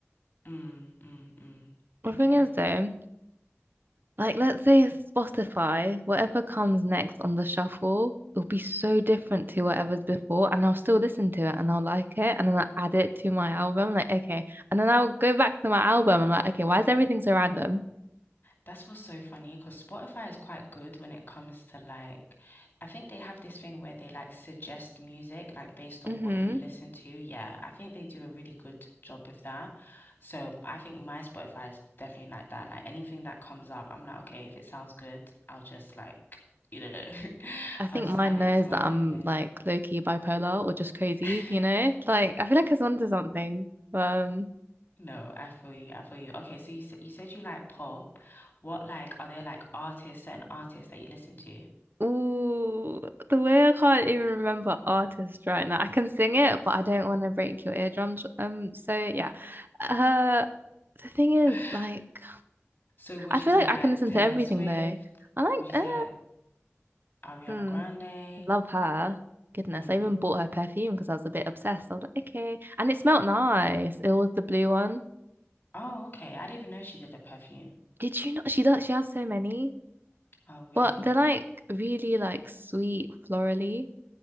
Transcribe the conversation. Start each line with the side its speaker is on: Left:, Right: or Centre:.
Left: Mm, mm, mm.
Right: The thing
Left: Okay.
Right: is, though, Like, let's say Spotify, whatever comes next on the shuffle, it'll be so different to whatever's before, and I'll still listen to it and I'll like it, and then I'll add it to my album. Like, okay. And then I'll go back to my album. I'm like, okay, why is everything so random?
Left: That's what's so funny because Spotify is quite good when it comes to like, I think they have this thing where they like suggest music like based
Right: Mm-hmm.
Left: on what you listen to. Yeah, I think they do a really good job with that. So I think my Spotify is definitely like that. Like anything that comes up, I'm like, okay, if it sounds good, I'll just like, you know, <laughs>
Right: I think
Left: I'll just
Right: mine
Left: add
Right: knows
Left: it to my
Right: that
Left: playlist.
Right: I'm like low-key bipolar or just crazy,
Left: <laughs>
Right: you know? Like, I feel like it's onto something. Um,
Left: No, I feel you. I feel you. Okay, so you s- you said you like pop. What like are there like artists, certain artists that you listen to?
Right: Ooh, the way I can't even remember artists right now. I can sing it, but I don't want to break your eardrums. Um, so yeah. Uh, the thing is,
Left: <laughs>
Right: like,
Left: So would
Right: I feel
Left: you say
Right: like
Left: like
Right: I can listen
Left: Taylor
Right: to everything
Left: Swift?
Right: though. I like,
Left: Would you
Right: uh,
Left: say like Ariana
Right: hmm,
Left: Grande?
Right: love her. Goodness,
Left: Mm.
Right: I even bought her perfume because I was a bit obsessed. I was like, okay, and it smelled nice. It was the blue one.
Left: Oh, okay. I didn't even know she did a perfume.
Right: Did you not? She does. She has so many,
Left: Oh, really?
Right: but they're like really like sweet, florally.